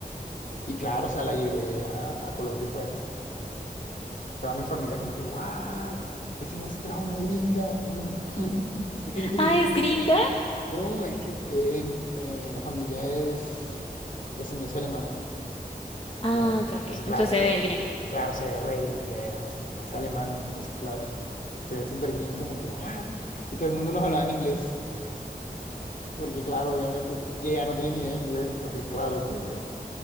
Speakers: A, on the left; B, on the left.
A: Y claro, o sea, la llevé a, a Colombia y fue... pues, Toda mi familia como que, ¿what? Este man se trajo una gringa. <laughs> Sí.
B: Ah, ¿es gringa?
A: No, es que eh, eh, la familia es descendencia alemana,
B: Ah,
A: ¿ya?
B: ok,
A: Entonces,
B: ok.
A: claro,
B: Entonces
A: esto,
B: se ve gringa.
A: claro, se ve re gringa, es- parece alemana, entonces, claro, se ve súper gringa como que, ¿what? Y todo el mundo nos hablaba en inglés, porque, claro, obviamente, y ella no tiene ni idea de inglés, entonces, claro, fue...